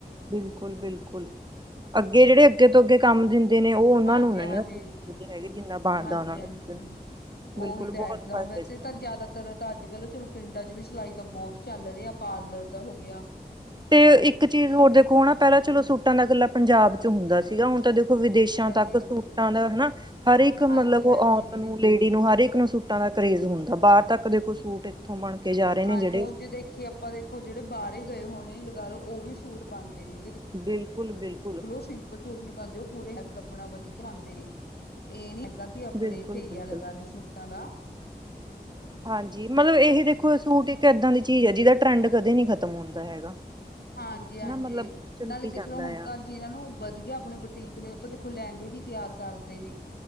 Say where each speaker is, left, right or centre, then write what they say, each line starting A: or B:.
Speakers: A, on the right (about 25°); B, on the left (about 80°).
A: ਬਿਲਕੁਲ-ਬਿਲਕੁਲ, ਅੱਗੇ ਜਿਹੜੇ ਅੱਗੇ ਤੋਂ ਅੱਗੇ ਕੰਮ ਦਿੰਦੇ ਨੇ ਉਹ ਉਹਨਾਂ
B: ਹਾਂਜੀ
A: ਨੂੰ
B: ਹਾਂਜੀ
A: ਹੈਗੇ ਜਿੰਨਾ ਬਣਦਾ
B: ਹਾਂਜੀ
A: ਉਹਨਾਂ
B: ਹਾਂਜੀ
A: ਨੂੰ ਬਿਲਕੁਲ
B: ਉਹੀ ਤਾਂ
A: ਬਹੁਤ
B: ਹੈਗਾ
A: ਫਾਇਦੇ
B: ਵੈਸੇ
A: ਇਸ
B: ਤਾਂ ਜ਼ਿਆਦਾ ਤਰ ਤਾਂ ਅੱਜ ਕਲ ਚਲੋ ਪਿੰਡਾ 'ਚ ਵੀ ਸਿਲਾਈ ਤਾਂ ਬਹੁਤ ਚੱਲ ਰਿਹਾ ਪਾਰਲਰ ਦਾ ਹੋ ਗਿਆ
A: ਤੇ ਇੱਕ ਚੀਜ਼ ਹੋਰ ਦੇਖੋ ਹਨਾ ਪਹਿਲਾਂ ਚਲੋ ਸੂਟਾਂ ਦਾ ਗੱਲਾ ਪੰਜਾਬ 'ਚ ਹੁੰਦਾ ਸੀਗਾ ਹੁਣ ਤਾਂ ਦੇਖੋ ਵਿਦੇਸ਼ਾਂ
B: ਹਾਂਜੀ
A: ਤੱਕ ਸੂਟਾਂ ਦਾ ਹਨਾ ਹਰ ਇੱਕ ਮਤਲਬ
B: ਹਾਂਜੀ ਹਾਂਜੀ
A: ਉਹ ਔਰਤ ਨੂੰ ਲੇ ਡੀ ਨੂੰ ਹਰ ਇੱਕ ਨੂੰ ਸੂਟਾਂ ਦਾ ਕਰੇਜ਼ ਹੁੰਦਾ ਬਾਹਰ ਤੱਕ ਦੇਖੋ ਸੂਟ ਥੋਂ ਬਣ ਕੇ ਜਾ ਰਹੇ ਨੇ
B: ਹਾਂਜੀ
A: ਜਿਹੜੇ
B: ਹੁਣ ਜੇ ਦੇਖੀਏ ਆਪਾਂ ਦੇਖੋ ਜਿਹੜੇ ਬਾਹਾਰੇ ਗਏ ਹੋਣੇ ਲਗਾ ਲਓ ਉਹ ਵੀ ਸੂਟ ਪਾਦੇ ਨੇ ਤੇ
A: ਬਿਲਕੁਲ-ਬਿਲਕੁਲ।
B: ਉਹ ਸਿੰਪਲ ਸੂਟ ਨੀ ਪਾਦੇ ਉਹ ਪੂਰੇ ਕੱਪੜਾ ਸੂਟ ਆਪਣਾ ਵਧੀਆ ਪਾਦੇ ਨੇ ਇਹ ਨੀ ਹੈਗਾ ਕਿ ਆਪਣੇ
A: ਬਿਲਕੁਲ
B: ਇਥੇ ਏ ਈ
A: ਬਿਲਕੁਲ
B: ਆ ਲਗਾਲੋ ਸੂਟਾਂ ਦਾ
A: ਹਾਂਜੀ ਮਤਲਬ ਇਹੀ ਦੇਖੋ ਸੂਟ ਇੱਕ ਏਦਾਂ ਦੀ ਚੀਜ਼ ਆ ਜਿਹਦਾ ਟਰੈਂਡ ਕਦੇ ਨੀ ਖ਼ਤਮ ਹੁੰਦਾ ਹੈਗਾ।
B: ਹਾਂਜੀ-ਹਾਂਜੀ
A: ਹਨਾ ਮਤਲਬ ਚੱਲੀ
B: ਨਾਲੇ ਦੇਖ
A: ਜਾਂਦਾ
B: ਲਓ ਹੁਣ ਤਾਂ
A: ਆ
B: ਜਿਹਨਾਂ ਨੂੰ ਵਧੀਆ ਆਪਣੇ ਬਟੀਕ ਨੇ ਉਹ ਤਾਂ ਦੇਖੋ ਲਹਿੰਗੇ ਵੀ ਤਿਆਰ ਕਰਦੇ ਨੇ